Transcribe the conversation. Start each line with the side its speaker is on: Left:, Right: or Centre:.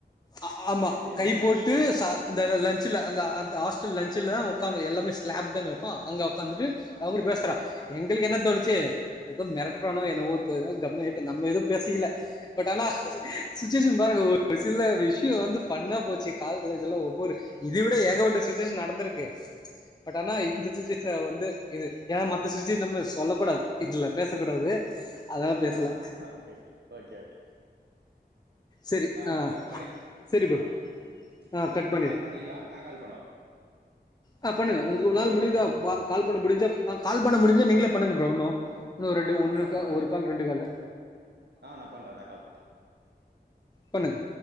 Left: அ ஆமா
Right: எதுவுமே
Left: கை
Right: ந
Left: போட்டு
Right: ஆ
Left: ச
Right: ஆ
Left: அந்த ல லன்சில அந்த அந்த ஆஸ்ட்டுல லன்சில அவ உக்காந் எல்லாமே ஸ்லாப் தான இருக்கு அங்க ஒக்காந்துட்டு
Right: ஆமா
Left: அவ கூட பேசுறா
Right: ஆ
Left: எங்களுக்கு என்ன தோணுச்சு எதோ மெரட்றானோ என்னவோ <unintelligible> நம்ம எது பேசிக்கல பட் ஆனா
Right: ஆ
Left: சுச்சுவேஷன் பாருங்க ஒர் ஒரு சில்ல விஷ்யோ வந்து பண்ணா போச்சு காலஜ்லா அதுலா ஒவ்வொரு இதுவிட ஏகபட்ட சுச்சுவேஷன் நடந்துருக்கு பட் ஆனா
Right: ம்
Left: இந்த சுச்சுவேஷன் வந்து இது ஏன்னா மத்த சுச்சு நம்ம சொல்ல கூடாது இதுல பேசக்கூடாது அதனால பேசல
Right: ஆ ஒகேகே ஓகே ஒகே
Left: சரி
Right: அ
Left: ஆ
Right: இப் இப்ப கட் பண்ணிட்டு
Left: சரி ப்ரோ
Right: அ ஓகே
Left: ஆ
Right: அ
Left: கட்
Right: நீங்
Left: பண்ணிரு
Right: கால் பண்றிங்ளா நா கால் பண்ணவா
Left: அ பண்ணங்க உங்குக்கு
Right: ஹலோ
Left: நாள் முடி து பா கால் பண்ண முடிஞ்சா கால் பண்ண முடிஞ்ச நீங்ளே பண்ணுங்க உன்னு தோ ரெண்டு
Right: ஆ
Left: ஒன்னு
Right: பண்றே
Left: க
Right: பண்றே
Left: ஒரு
Right: நா
Left: கால் ரெண்டு கால்ல
Right: ஆ நா பண்ற நா கால் பண்றே
Left: பண்ணுங்